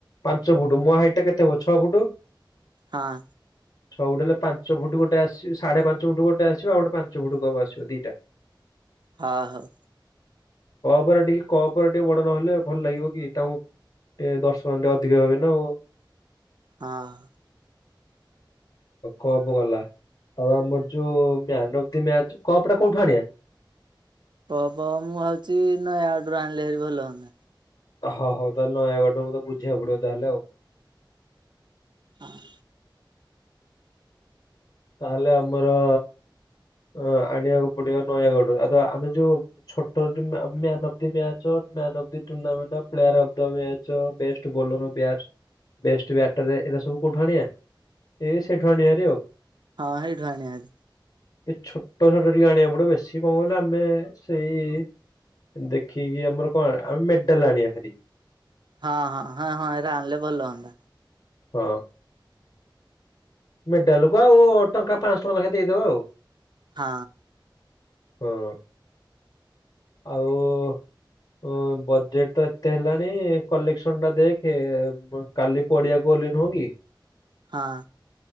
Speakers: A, on the left; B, on the right.
A: ପାଞ୍ଚ ଫୁଟୁ ମୋ ହାଇଟ ଟା କେତେ ହବ ଛଅ ଫୁଟୁ?
B: ହଁ।
A: ଛଅ ଫୁଟ୍ ହେଲେ ପାଞ୍ଚ ଫୁଟ୍ ଗୋଟେ ଆସି ସାଢେ ପାଞ୍ଚ ଫୁଟ୍ଟ ଗୋଟେ ଆସିବ ଆଉ ଗୋଟେ ପାଞ୍ଚ ଫୁଟ୍ କପ ଆସିବ ଦିଟା।
B: ହଁ ହଁ।
A: ଉପରେ ଟିକେ କପ ଟିକେ ବଡ ନହେଲେ ଭଲ ଲାଗିବ କି ତା ଉଁ ଟିକେ ଦର୍ଶକମାନେ ଟିକେ ଅଧିକ ହବେ ନା ଆଉ।
B: ହଁ।
A: ହୋଉ କପ୍ ଗଲା ଆଉ ଆମର ଯୋଉ man of the match, cup ଟା କୋଉଠୁ ଆଣିବା?
B: କପ ମୁଁ ଭାବୁଛି ନୟାଗଡରୁ ଆଣିଲେ ହେରି ଭଲ ହଅନ୍ତା।
A: ହଁ ହୋଉ ତାହେଲେ ନୟାଗଡରୁ ବୋଧେ ବୁଝିବାକୁ ପଡିବ ତାହେଲେ ଆଉ।
B: ହଁ।
A: ତାହେଲେ ଆମର ଅ ଆଣିବାକୁ ପଡିବ ନୟାଗଡରୁ ଆ ଆମେ ଯୋଉ ଛୋଟ of the map the match, man of the tournament, player of ଦ <unintelligible> ଚ best bowler best best batter ଏରା ସବୁ କୋଉଠୁ ଆଣିବା? ଇଏ ସେଇଠୁ ଆଣିବାହାରି ଆଉ।
B: ହଁ ହେଇଠୁ ଆଣିବା ହେରି।
A: ଏ ଛୋଟ ଛୋଟ ଟିକେ ଆଣିବାକୁ ପଡିବ। ବେଶୀ କଣ କହିଲ ଆମେ ସେଇ ଦେଖିକି ଆମର କଁ ଆଣ, ଆମେ ମେଡାଲ ଆଣିବା ହେରି।
B: ହଁ ହଁ ହଁ ହଁ ଏରା ଆଣିଲେ ଭଲ ହନ୍ତା।
A: ହଁ। ମେଡାଲକୁ ଆଉ ଟଙ୍କା ପାଁସ ଟଙ୍କା ଲେଖା ଦେଇଦବା ଆଉ।
B: ହଁ।
A: ହଁ। ଆଉ ଉଁ ବଜେଟ ତ ଏତେ ହେଲାଣି କଲେକ୍ସନ ଟା ଦେଖେ। କାଲି ପଡିଆକୁ ଗଲେ ନୁହଁ କି
B: ହଁ।